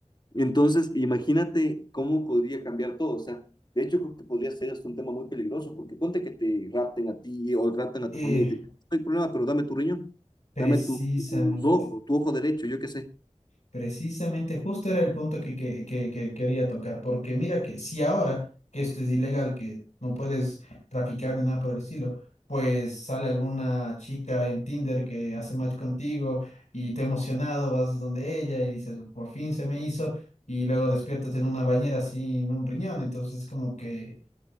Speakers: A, on the left; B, on the left.
A: Entonces, imagínate cómo podría cambiar todo, o sea, de hecho creo que podría ser hasta un tema muy peligroso, porque ponte que te rapten a ti o rapten a
B: Eh,
A: tu familia y te dicen, no hay problema, pero dame tu riñón,
B: precisamente.
A: dame tu, tu ojo, tu ojo derecho, yo qué sé.
B: Precisamente, justo era el punto que, que, que- que quería tocar, porque mira que si ahora que esto es ilegal, que no puedes traficar ni nada por el estilo, pues sale alguna chica en Tinder que hace match contigo y te emocionado, vas donde ella y dices, por fin se me hizo, y luego despiertas en una bañera sin un riñón, entonces como que